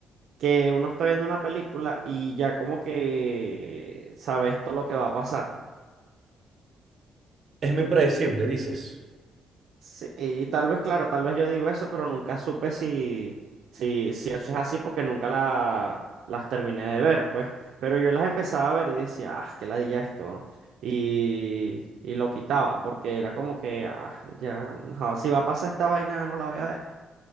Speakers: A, on the right; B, on the right.
A: que uno está viendo una película y ya como que sabe esto lo que va a pasar.
B: Es muy predecible, dices.
A: Sí, y tal vez, claro, tal vez yo digo eso, pero nunca supe si, si, si eso es así porque nunca la, las terminé de ver, pues. Pero yo las empezaba a ver y decía, ah, qué ladilla esto. Y, y lo quitaba porque era como que, ah, ya, no, si va a pasar esta vaina, no la voy a ver.